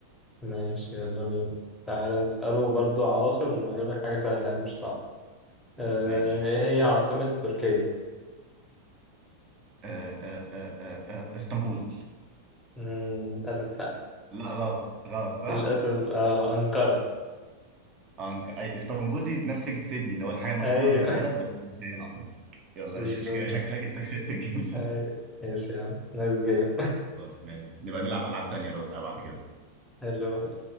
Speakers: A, in the centre; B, on the right.
A: ماشي يلا بينا تعالى نسأله برضو عواصم وأجيب لك حاجة سهلة يعني مش صعبة آه،
B: ماشي
A: إيه هي عاصمة تركيا؟
B: آه آه آه آه آه آه، اسطنبول
A: مم، للأسف لأ
B: لا غلط غلط صح؟
A: للأسف آه أنقرة
B: آه، أنك- أي- اسطنبول دي نفس فكرة سيدني اللي هو الحاجة المشهورة
A: أيوه
B: في البلد بس مش هي العاصمة يلا
A: <laughs> بالظبط
B: مش مشكلة شكلك أنت كسبت الجيم ده
A: أيوه ماشي يا عم نايس جيم
B: <laughs> خلاص ماشي نبقى نلعب ألعاب تانية بقى بعد كده
A: حلو